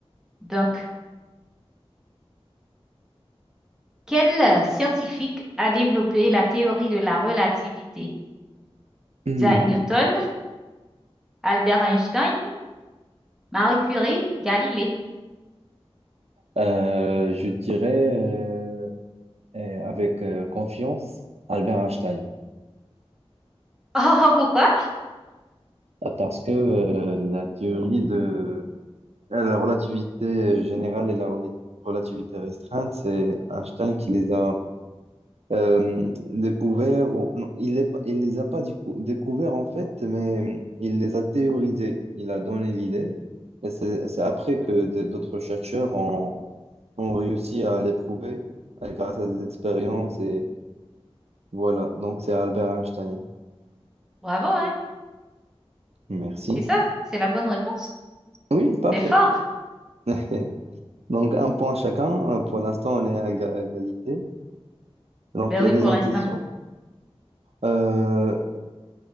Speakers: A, in the centre; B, on the right.
A: Donc, quel euh, scientifique a développé la théorie de la relativité?
B: Hmm.
A: Isaac Newton, Albert Einstein, Marie Curie, Galilée.
B: Euh, je dirais euh, eh, avec euh, confiance Albert Einstein,
A: Oh, <laughs> pourquoi?
B: Euh, parce que euh, la théorie de euh, la relativité générale et la rela- relativité restreinte, c'est Einstein qui les a euh, découverts, ou- non, il les, pas- il les a pas décou- découverts en fait, mais il les a théorisés, il a donné l'idée, et c'est c'est après que de- d'autres chercheurs ont, ont réussi à l'éprouver euh, grâce à des expériences Voilà, donc c'est Albert Einstein.
A: Bravo, hein?
B: Merci.
A: C'est ça, c'est la bonne réponse.
B: Oui, parfait.
A: C'est fort.
B: <laughs> Donc un point chacun. Euh, Pour l'instant, on est à éga- à égalité. Donc
A: Ben
B: la
A: oui,
B: deuxième
A: pour l'instant.
B: question, euh,